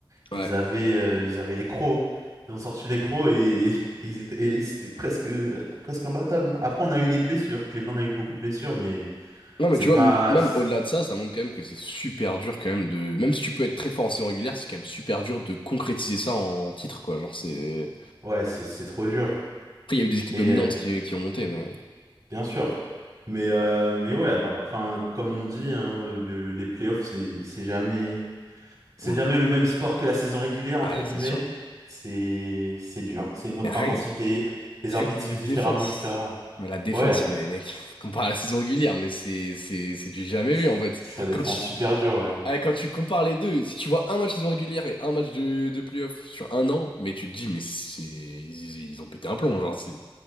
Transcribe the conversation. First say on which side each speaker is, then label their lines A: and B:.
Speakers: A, on the right (about 45°); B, on the left (about 70°).
A: Ils
B: Ouais.
A: avaient, euh, ils avaient les crocs. hein. Ils ont sorti les crocs et, <laughs> et ils étaient, et c'était presque, presque imbattables. Après, on a eu des blessures. Cleveland a eu beaucoup de blessures, mais
B: Non, mais
A: c'est
B: tu
A: pas.
B: vois, m- même
A: c'est-
B: au-delà de ça, ça montre quand même que c'est super dur, quand même, de. Même si tu peux être très fort en saison régulière, c'est quand même super dur de concrétiser ça en titre, quoi. Genre, c'est.
A: Ouais, c'est c'est trop dur.
B: Après, il y a eu des équipes
A: Et
B: dominantes
A: euh,
B: qui, qui ont monté, mais.
A: Bien sûr. Mais, euh, mais ouais, bah, enfin, comme on dit, hein, le- les playoffs, c'est, c'est jamais, c'est
B: Ouais.
A: jamais le même sport que la saison régulière, entre
B: Ah,
A: guillemets.
B: c'est sûr.
A: C'est, c'est dur. C'est une autre
B: Mais rien,
A: intensité. Les
B: Rien
A: arbitres
B: que niveau
A: sifflent
B: de
A: différemment,
B: défense.
A: etc.
B: Mais la défense,
A: Ouais,
B: mais mec, <laughs> compare à la saison régulière, mais c'est c'est c'est du jamais
A: c-
B: vu en fait.
A: ça défend
B: Quand tu,
A: super dur, ouais.
B: ah, quand tu compares les deux, si tu vois un match saison régulière et un match de, de playoff sur un an, mais tu te dis, mais c'est ils, ils ont pété un plomb, genre, c'est-